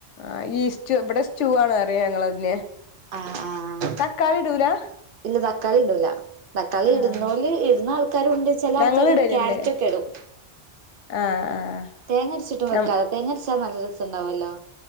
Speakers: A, on the left; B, on the right.
A: ആഹ് ഈ സ്റ്റു ഇവിടെ സ്റ്റൂ ആാണ് അറിയ ഞങ്ങൾതിനെ
B: ആഹ് ആഹ്
A: തക്കാളി ഇടൂലാ
B: ഇല്ല തക്കാളി ഇടൂല്ല തക്കാളി
A: ആഹ്
B: ഇടുന്നോല് ഇടുന്ന ആൾക്ക് ചിലരുണ്ട് ചില
A: ഞങ്ങള്
B: ആൾക്കാര്
A: ഇടല്ണ്ട്
B: ക്യാരറ്റ് ഒക്കെ ഇടും
A: ആഹ് ആഹ്
B: തേങ്ങരച്ചിട്ടും
A: നം
B: വെക്കാല തേങ്ങടിച്ചാൽ നല്ല രസം ഉണ്ടാവല്ലോ